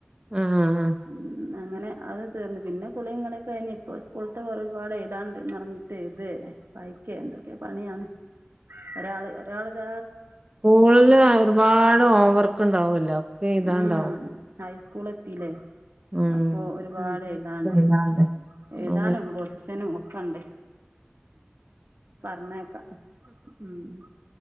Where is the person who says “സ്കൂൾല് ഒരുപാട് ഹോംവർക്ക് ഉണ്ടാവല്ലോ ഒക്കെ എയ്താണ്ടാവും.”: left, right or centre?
Right